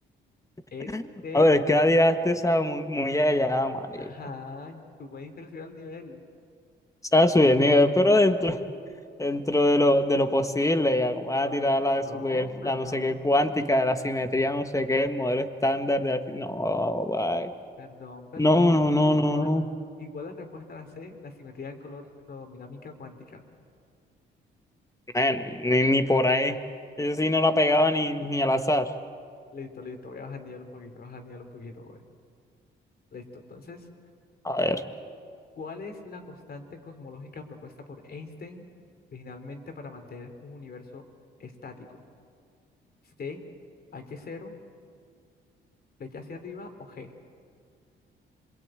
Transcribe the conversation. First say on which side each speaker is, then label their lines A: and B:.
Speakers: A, on the left; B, on the left.
A: Este,
B: <laughs> A ver, ¿qué tiraste esa muy, muy allá, marica?
A: ajá, tú me diste que subir al nivel.
B: O sea, subir el nivel, pero dentro, dentro de lo, de lo posible, ya. Voy
A: Ahora,
B: a tirar
A: perdón,
B: la super, la
A: perdón.
B: no sé qué cuántica, la simetría, no sé qué, modelo estándar de... No, bye.
A: Perdón, perdón.
B: No, no, no, no,
A: Igual,
B: no.
A: igual la respuesta a la C, la simetría del color cromodinámica cuántica.
B: Eh, ni, ni por ahí. Yo sí no la pegaba ni, ni al azar.
A: Listo, listo. Voy a bajanearlo un poquito, voy a bajanearlo un poquito, güey. Listo. Entonces,
B: A ver.
A: ¿cuál es la constante cosmológica propuesta por Einstein originalmente para mantener un universo estático? C, h cero, flecha hacia arriba o G.